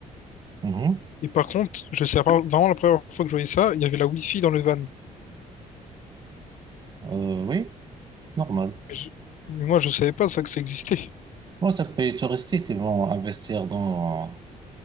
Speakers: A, on the right; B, on the left.
A: Mhm.
B: Et par contre, je sais pas, vraiment la première fois que je voyais ça, il y avait la Wi-Fi dans le van.
A: Euh, oui, normal.
B: Mais, je- mais moi, je savais pas ça que ça existait.
A: Moi, c'est un pays touristique, ils vont investir dans,